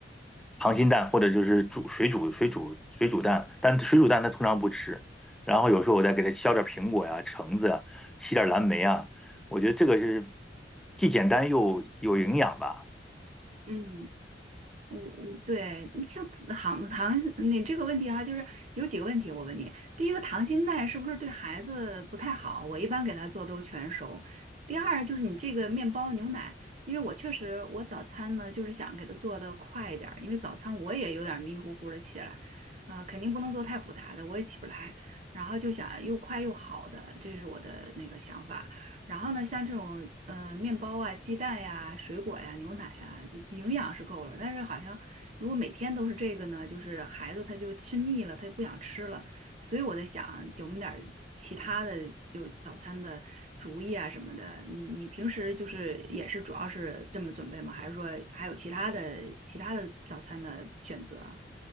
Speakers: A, in the centre; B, on the right.
A: 溏心蛋或者就是煮水煮水煮水煮蛋，但水煮蛋它通常不吃。然后有时候我再给它削点苹果呀、橙子呀洗点蓝莓啊，我觉得这个是既简单又有营养吧。
B: 嗯。我我对像糖糖，你这个问题啊，就是有几个问题，我问你。第一个，糖心蛋是不是对孩子不太好？我一般给他做都全熟。第二就是你这个面包牛奶，因为我确实我早餐呢就是想给他做的快一点儿因为早餐我也有点迷迷糊糊的起来，啊、肯定不能做太复杂的，我也起不来。然后就想又快又好的，这是我的那个想法。然后呢，像这种嗯呃面包啊、鸡蛋呀、水果呀、牛奶呀，这营养是够了。但是好像如果每天都是这个呢，就是孩子他就吃腻了，他就不想吃了。所以我在想，有没有点儿其他的就早餐的主意啊什么的？你你平时就是也是主要是这么准备吗？还是说还有其他的其他的早餐的选择啊？